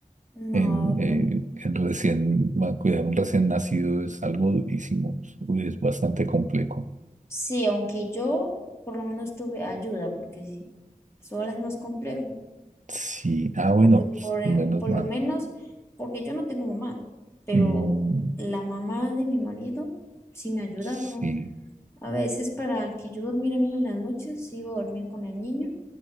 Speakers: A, on the left; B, on the right.
A: No,
B: En, eh, en recién, va- cuidar un recién nacido es algo durísimo, uy, es bastante complejo.
A: sí, aunque yo por lo menos tuve ayuda, porque sí, sola es más complejo,
B: Sí, ah, bueno,
A: porque por,
B: pues,
A: eh,
B: menos
A: por
B: mal.
A: lo menos, porque yo no tengo mamá, pero
B: Mm,
A: la mamá de mi marido sí me ayudaba.
B: sí,
A: A veces para que yo durmiera bien en las noches, iba a dormir con el niño